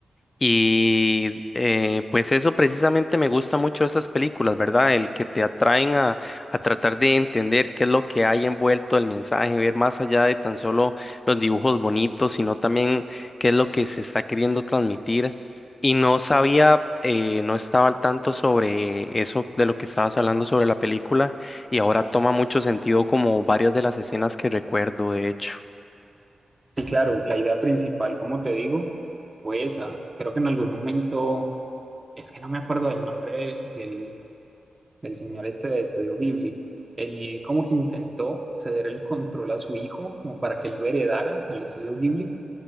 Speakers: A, on the left; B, on the right.
A: Y eh, pues eso precisamente me gusta mucho de esas películas, ¿verdad? El que te atraen a, a tratar de entender qué es lo que hay envuelto el mensaje, ver más allá de tan solo los dibujos bonitos, sino también qué es lo que se está queriendo transmitir. Y no sabía, eh, no estaba al tanto sobre eso de lo que estabas hablando sobre la película, y ahora toma mucho sentido como varias de las escenas que recuerdo, de hecho.
B: Sí, claro, la idea principal, como te digo, fue esa. Creo que en algún momento, es que no me acuerdo del nombre del, del del señor este de Estudio Ghibli. Él como que intentó ceder el control a su hijo, como para que él lo heredara, el Estudio Ghibli,